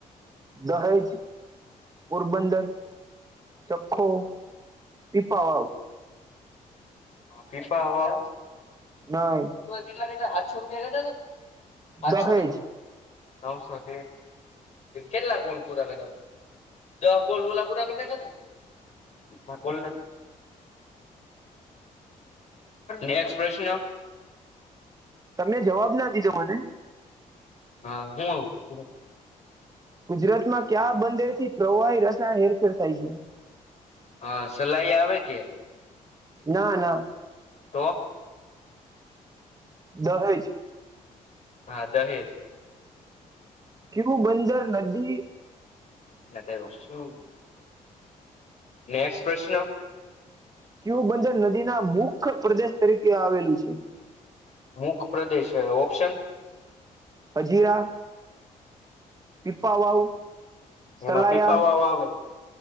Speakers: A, on the right (about 25°); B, on the left (about 55°).
A: દહ છે પોરબંદર, ચખો પીપાવાવ.
B: પીપીવાવ
A: નહી
B: કેટલાા સાતસો રૂપિયા ગટા તો. સાચસો
A: દહેજ
B: ને નવસોો કેટલા ગોલપુરા. તો પોલલા પૂરા બ થ બલ. નેક્ પ્રશ્ન.
A: તમે જવાબ ના દીધો મને.
B: હા હું હ.
A: ગુજરાત માં ક્યા બંદર થી પ્રવાહી રસાયણ હેરફેર થાય છે?
B: હ સલાઈ આવેે કે.
A: ના ના.
B: તો.
A: દહેજ.
B: હા દહેજ.
A: ક્યવું બંદર નદી
B: ્યો શું નેક્સ્ટ પ્રશ્ન.
A: ક્યુબંદર નદી ના મુખ્ય પ્રદેશ તરીકે આવેલું છે.
B: મુખ પ્રદેશ ઓપ્શન.
A: અજીરા પીપાવાઓ, સલાયા,
B: એમાં પીપાવાવ આવે